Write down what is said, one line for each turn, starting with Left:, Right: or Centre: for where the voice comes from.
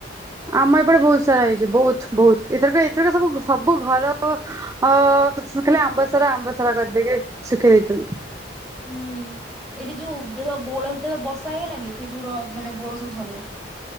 Right: ଆମ ଏପଟେ ବହୁତ ସାରା ହେଇଚି ବହୁତ ବହୁତ। ଏଇଥରକ ଏଇଥରକ ସବୁ ସବୁ ଘର ଅ କିଲେ ଆମ୍ବସରା ଆମ୍ବସରା କରିଦେଇକି ସୁଖେଇ ଦେଇଚନ୍ତି।
Centre: ହୁଁ ଏଇଠି ଯୋଉ <unintelligible> ବଉଳ ହେଇଥିଲା ବର୍ଷା ହେଇଗଲାନି ସେଇ ଯୋଉ ର ମାନେ ବଉଳ ସବୁ ଝଡିଗଲା।